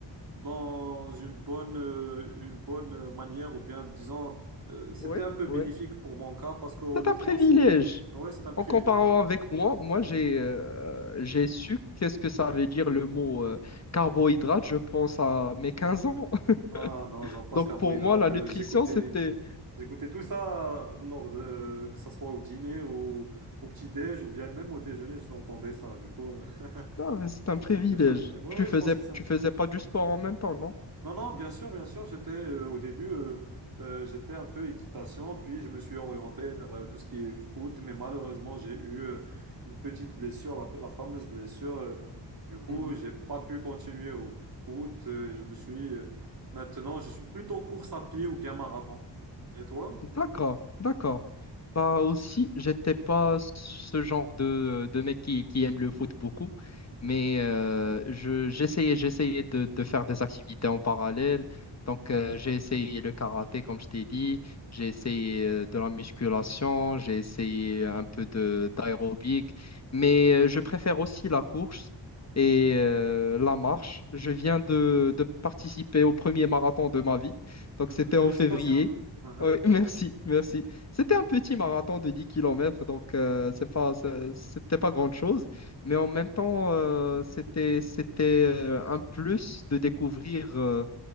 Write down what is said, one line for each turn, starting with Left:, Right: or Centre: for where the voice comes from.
Right: dans une bonne, euh, une bonne manière, ou bien, disons, euh, c'était
Left: Oui,
Right: un peu bénéfique
Left: oui,
Right: pour mon cas, parce que honnêtement,
Left: C'est un privilège.
Right: c'est- Hmm. ouais, c'est un privilège.
Left: En comparant avec moi, moi j'ai euh, j'ai su qu'est-ce que ça veut dire le mot euh, carbohydrate, je pense à mes 15 ans.
Right: Ah non,
Left: <laughs>
Right: j'en passe
Left: Donc
Right: carbohydrate.
Left: pour moi, la
Right: euh,
Left: nutrition,
Right: J'écoutais,
Left: c'était
Right: j'écoutais tout ça euh, lors de, euh, que ça soit au dîner, au, au petit-déj ou bien même au déjeuner, j'entendais ça. Du coup, euh, <laughs>
Left: non, mais c'est un privilège.
Right: j'étais familier. Oui,
Left: Tu
Right: oui,
Left: faisais
Right: je pense que ça.
Left: tu faisais pas du sport en même temps, non?
Right: Non, non, bien sûr, bien sûr. J'étais euh, au début, euh, euh, j'étais un peu équitation, puis je me suis orienté vers euh, tout ce qui est foot, mais malheureusement, j'ai eu euh, une petite blessure, la, la fameuse blessure. euh, du coup,
Left: Hmm.
Right: j'ai pas pu continuer au foot. euh, je me suis euh, maintenant, je suis plutôt course à pied ou bien marathon. Et toi?
Left: D'accord, d'accord. Bah aussi, j'étais pas ce genre de, de mec qui, qui aime le foot beaucoup,
Right: Mhm.
Left: mais euh, je, j'essayais, j'essayais de, de faire des activités en parallèle. Donc, euh, j'ai essayé le karaté, comme je t'ai dit, j'ai essayé euh, de la musculation, j'ai essayé un peu de d'aérobic, mais euh, je préfère aussi la course
Right: Mhm.
Left: et euh, la marche. Je viens de, de participer au premier marathon de ma vie, donc
Right: Mhm.
Left: c'était
Right: Félicitations.
Left: en février.
Right: Mhm.
Left: Oui, <laughs> merci, merci. C'était un petit marathon de 10 kilomètres, donc euh, c'est pas, c'est- c'était pas grande chose mais en même temps, euh, c'était, c'était euh, un plus de découvrir euh,